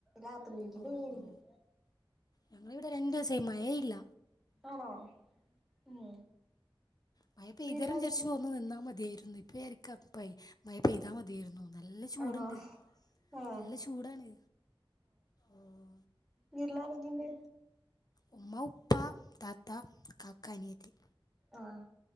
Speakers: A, in the centre; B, on the left (about 45°).
A: രാത്രിയിലേക്ക്
B: ഓ
A: പെയായിരിക്കും
B: ഓ ഞങ്ങളിവിടെ രണ്ടുസായി മഴയെയില്ല
A: ആണോ ഉം
B: മയ പെയിതെരം
A: വീട്ടിലാരൊക്കെ
B: വിചാരിച്ചു ഒന്ന് നിന്നാമതിയായിരുന്നു ഇപ്പ ജാരിക്ക പ്പൈ മയ പെയ്താ മതിയായിരുന്നു നല്ല ചൂടുണ്ട്
A: ആണോ ആഹ്
B: നല്ല ചൂടാണ് ആഹ്
A: ബിർളാതെ തിന്ന്
B: ഉമ്മ ഉപ്പ താത്ത കാക്ക അനിയത്തി
A: ആഹ്